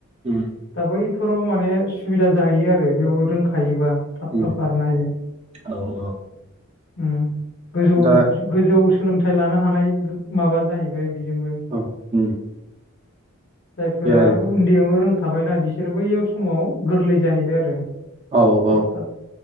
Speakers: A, on the right (about 30°); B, on the left (about 55°).
A: उम
B: दा बै फोराव माने सुबिदा जाहैयो आरो बेयाव रोंखायोबा थाब
A: उम
B: थाब बारनो हायो।
A: औ औ
B: ओम गोजौ
A: दा
B: गोजौ सोलोंथाइ लानो हानाय माबा जाहैबाय बेजोंनो
A: औ उम
B: जायफोरा
A: दे आरो
B: उन्दैनो रों थाबायना बिसोरो बैयाव समाव गोरलै जाहैबाय आरो।
A: औ
B: थाब
A: औ
B: थाब